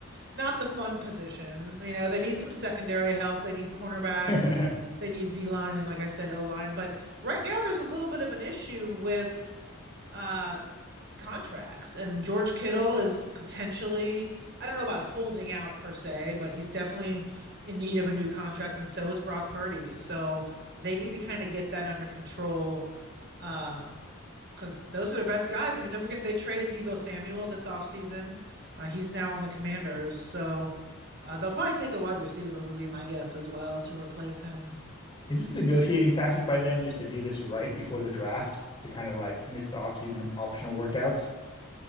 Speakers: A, on the right; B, on the left.
A: not the fun positions, you know, they need some secondary help, they need cornerbacks,
B: <laughs> Is
A: they need D line and like I said, O line. But right now there's a little bit of an issue with uh contracts and George Kittle is potentially I don't know about holding out per se, but he's definitely in need of a new contract and so is Brock Purdy. So they need to kind of get that under control uh because those are their best guys. I mean, don't forget they traded Debo Samuel this offseason. Uh, he's now on the Commanders, so uh, they'll probably take a wide receiver, would be my guess as well, to replace him.
B: this a negotiating tactic by them just to do this right before the draft to kind of like miss the offseason optional workouts?